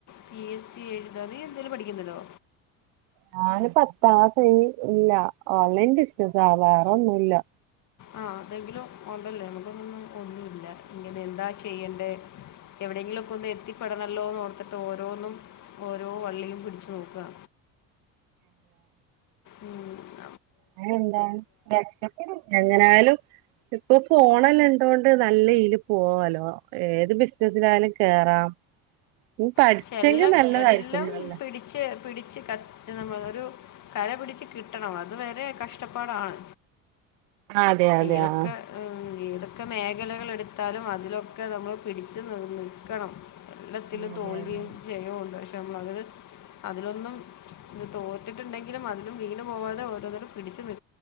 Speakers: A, on the left; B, on the right.
A: P S C എഴുതാ നീ എന്തേലും പഠിക്കുന്നണ്ടോ
B: ഞാന് പത്താം കയിഞ്ഞ് ഇല്ല ഓൺലൈൻ ബിസ്സിനസ്സാ വേറൊന്നും ഇല്ലാ
A: ആ അതെങ്കിലും ഒണ്ടല്ലേ നമുക്കൊന്നും ഒന്നും ഇല്ല ഇങ്ങനെ എന്താ ചെയ്യണ്ടേ എവിടെയെങ്കിലും ഒക്കെ ഒന്ന് എത്തിപ്പെടണമല്ലോന്ന് ഓർത്തിട്ട് ഓരോന്നും ഓരോ വള്ളിയും പിടിച്ച് നോക്കുവാ ഉം
B: ആ എന്തായാലും എത്തിപ്പെടണല്ലേ എങ്ങനെയാല്ലും ഇപ്പൊ പോണല്ല ഇണ്ടൊണ്ട് നല്ല രീതിൽ പോവാല്ലോ ഏത് ബിസിനസിലായാലും കേറാം ഉം പഠിച്ചെങ്കി
A: പക്ഷെ എല്ലാം
B: നല്ലതായിരിക്കും
A: എല്ലാം
B: നല്ല
A: പിടിച്ച് പിടി ച്ച് ക ഒരു കര പിടിച്ച് കിട്ടണം അത് വരെ കഷ്ടപ്പാടാണ്
B: അതെ അതെ
A: ഏതൊക്കെ
B: ആഹ്
A: മ്.. ഏതൊക്കെ മേഖലകൾ എടുത്താലും അതിലൊക്കെ നമ്മൾ പിടിച്ച് നി നിൽക്കണം എല്ലാത്തിലും
B: അതെ
A: തോൽവിയും
B: അതെ
A: ജയവും ഒണ്ട് പക്ഷേ നമ്മളത് അതിലൊന്നും തോറ്റിട്ടുണ്ടെങ്കിലും അതിലും വീണ് പോവാതെ ഓരോന്നായിട്ട് പിടിച്ചു നി